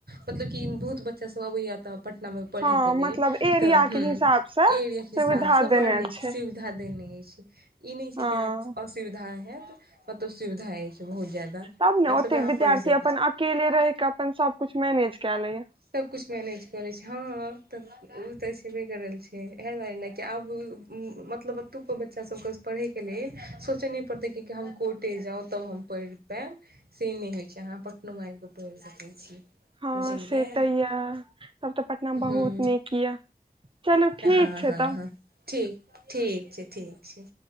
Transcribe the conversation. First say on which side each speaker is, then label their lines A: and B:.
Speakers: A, on the right; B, on the right.
A: मतलब की बहुत बच्चा सब अबैया तऽ पट नामे पढ़ैके
B: हँ
A: लेल
B: मतलब एरिया
A: तऽ हूँ
B: के हिसाब से
A: एरिया के
B: सुविधा
A: हिसाबसे बड़
B: देने
A: नीक
B: छै
A: सुविधा देने अछि ई नै छै
B: हँ
A: कि अहाँके असुविधा हेत अत्त सुविधा अछि बहुत ज्यादा
B: तब ने ओतेक
A: मतलब अहाँ
B: विद्यार्थी
A: पढ़ि सकै
B: अपन
A: छी
B: अकेले रहि कऽ अपन सब कुछ मैनेज कऽ लै ये
A: सबकिछु मैनेज करै छै हँअ् तब ओ तऽ छेबे करल छै ऐहे दुआरे ने कि आब मतलब ओतुका बच्चा सबके पढ़े के लेल सोचे नई पड़तैइ कि हम कोटे जाउ तब हम पढ़ि पायब से नै होइ छै अहाँ पटनो मे आबि कऽ पढ़ि सकैत छी
B: हँ
A: बुझलियै
B: से य तब तऽ पटना
A: हँ
B: बहुत नीक य चलू ठीक
A: हँ
B: छै
A: हँ
B: तब
A: हँ ठीक ठीक छै ठीक छै